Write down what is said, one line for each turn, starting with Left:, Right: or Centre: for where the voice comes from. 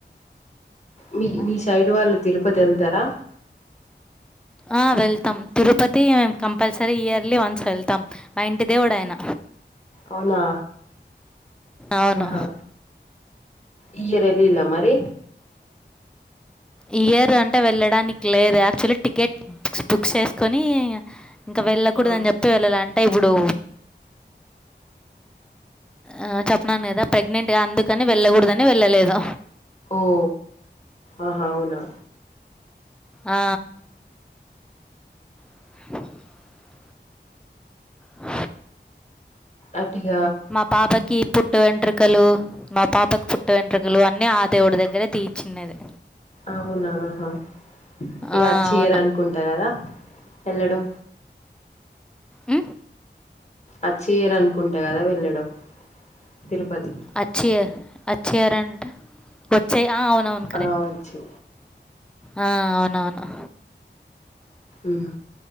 Left: మీ మీ సైడ్ వాళ్ళు తిరుపతి వెళ్తారా
Centre: ఆ వెళ్తాం తిరుపతి మే కంపల్సరీ ఇయర్లీ వన్స్ వెళ్తాం మా ఇంటిదేవుడు ఆయన
Left: అవునా
Centre: అవును.
Left: ఆహా ఈ ఇయర్ ఎల్లిల్లా మరి
Centre: ఈ ఇయర్ అంటే వెళ్ళడానికి లేదు యాక్చువల్లీ టికెట్ బుక్ చేసుకొని ఇంకా వెళ్ళకూడదు
Left: ఆ.
Centre: అని చెప్తె వెళ్ళలా అంటే ఇప్పుడు ఆ చెప్పాను కదా ప్రెగ్నెంట్ అందుకని వెళ్ళకూడదని వెళ్ళలేదు
Left: ఓ ఆహా అవునా
Centre: ఆ! <unintelligible> హ
Left: అంటే ఇక
Centre: మా పాపకి ఈ పుట్టువేంట్రు మా పాపకి పుట్ట వెంట్రకలు అన్ని ఆ దేవుడి దగ్గరే తీప్పించినది
Left: అవునా ఆహా ఇక
Centre: ఆ!
Left: అచేఇయర్
Centre: అవును.
Left: అనుకుంటా కదా వెళ్ళడం
Centre: ఉ
Left: అచే ఇయరనుకుంటా కదా వెళ్ళడం తిరుపతి
Centre: అచ్యియర్ అచేఇయర్ రంటే వచ్చే ఆ అవున అవును కరెక్ట్
Left: ఆ వచ్చు
Centre: ఆ అవునవును
Left: ఉ హు